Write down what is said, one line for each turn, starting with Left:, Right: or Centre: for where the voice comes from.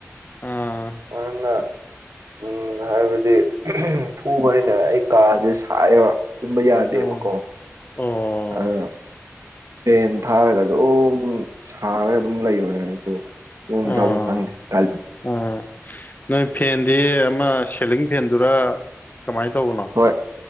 Left: ꯎꯝ
Right: ꯑꯗꯨꯅ ꯎꯝ ꯍꯥꯏꯕꯗꯤ ꯐꯨꯕꯅꯤꯅ ꯑꯩ ꯀꯥꯁꯦ ꯁꯥꯏꯑꯦꯕ ꯇꯨꯝꯕ ꯌꯥꯗꯦꯕꯀꯣ
Left: ꯑꯣ ꯑꯣ
Right: ꯑꯗꫭ ꯐ‌ꯦꯟ ꯊꯥꯔꯒ ꯑꯗꯨꯝ ꯁꯥꯔꯒ ꯑꯗꯨꯝ ꯂꯩꯕ ꯑꯗꯨ ꯇꯨꯝꯐꯝ
Left: ꯑꯥ
Right: ꯆꯥꯕꯝ ꯈꯪꯗꯦ ꯀ
Left: ꯑꯥ ꯅꯣꯏ ꯐꯦꯟꯗꯤ ꯑꯃ ꯁꯦꯂꯤꯡ ꯐꯦꯟꯗꯨꯔ ꯀꯃꯥꯏꯅ ꯇꯧꯕꯅꯣ
Right: ꯍꯣꯏ